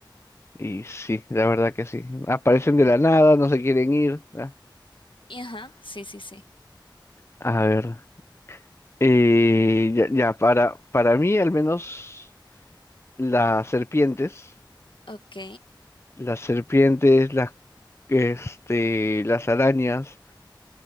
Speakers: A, on the left; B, on the left.
A: Y sí, la verdad que sí. Aparecen de la nada, no se quieren ir. ah.
B: Y Ajá, sí, sí, sí.
A: A ver. eh, ya, ya, para, para mí al menos las serpientes,
B: Ok.
A: las serpientes, las, este, las arañas,